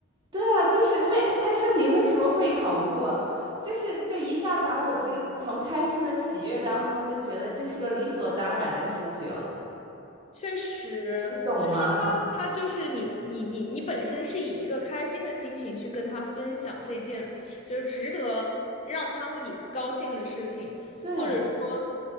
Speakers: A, on the right; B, on the left.
A: 对啊，就是为他说你为什么会考不过，就是就一下把我这个从开心的喜悦当中就觉得这是个理所当然的事情，
B: 确实，
A: 你懂吗？
B: 就是他，他就是你，你，你，你本身是以一个开心的心情去跟他分享这件，就是值得让他为你高兴的事情，
A: 对，
B: 或者说，